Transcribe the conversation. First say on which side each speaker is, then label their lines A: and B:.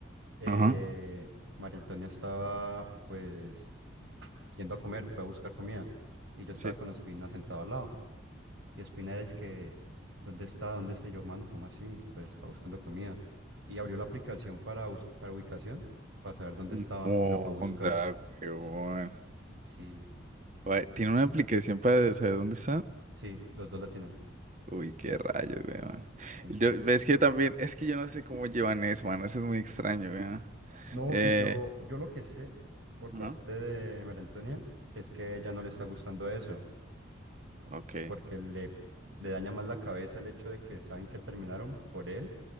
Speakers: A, on the right (about 80°); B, on the right (about 40°).
A: eh,
B: Ajá.
A: María Antonia estaba pues yendo a comer, fue a buscar comida y yo estaba
B: Sí.
A: con Ospina sentado al lado. Y Ospina era es que, ¿dónde está? ¿Dónde está Y yo, mano? ¿Cómo así? Pues está buscando comida. Y abrió la aplicación para, bus- para ubicación, para saber dónde
B: Mm.
A: estaba y la fue a buscar.
B: Onda, huevón.
A: Sí,
B: Guay, Tiene una aplicación para saber dónde están.
A: sí, los dos la tienen.
B: Uy, qué rayos, weón.
A: Sí,
B: Yo,
A: esas.
B: es que también, es que yo no sé cómo llevan eso, mano. Eso es muy extraño, weón.
A: No,
B: Eh,
A: y yo, yo lo que sé por
B: ajá,
A: parte de María Antonia es que a ella no le está gustando eso.
B: ok,
A: porque le, le daña más la cabeza el hecho de que saben que terminaron por él